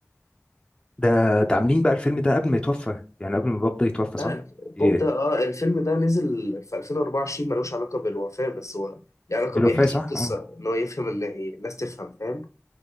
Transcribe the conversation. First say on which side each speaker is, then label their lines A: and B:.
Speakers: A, on the left; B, on the left.
A: ده ده عاملين بقى الفيلم ده قبل ما يتوفى يعني قبل ما الباب ده يتوفى
B: لا
A: صح؟ ايه
B: بوب ده اه الفيلم ده نزل في 2024 ملوش علاقة بالوفاة بس هو له علاقة
A: بالوفاة
B: بيحكي
A: صح؟
B: قصة
A: اه
B: إن هو يفهم إن إيه الناس تفهم فاهم